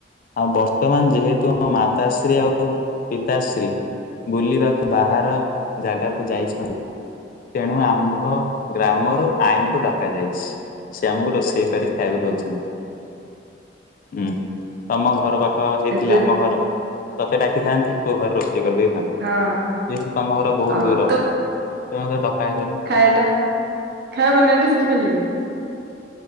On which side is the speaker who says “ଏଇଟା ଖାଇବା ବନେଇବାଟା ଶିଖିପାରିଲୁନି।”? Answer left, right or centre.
Right